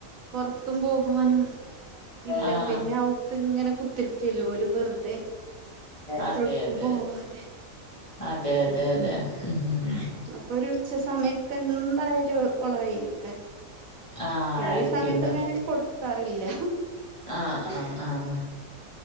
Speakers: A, on the right; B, on the left.
A: പൊർത്തും പോകുവാനും ഇല്ല
B: ആഹ്
A: പിന്നെ അവുത്ത്ങ്ങനെ കുത്തിരിക്കല്ലോ ഓല് വെറുതെ
B: അതെ
A: എടുക്കുമ്പോവാതെ
B: അതെ അതെ അതെെ ഉം
A: അപ്പൊരു ഉച്ച സമയത്ത് എന്തായാലും ഓള കൈലേക്കാരും
B: ആഹ്
A: പിന്നെ
B: ആയിരിക്കുണ്ടാവും
A: ഈ സമയത്തൊക്കെ ഞാന് കൊടുക്കാറില്ല
B: ആഹ് ആഹ് ആഹ്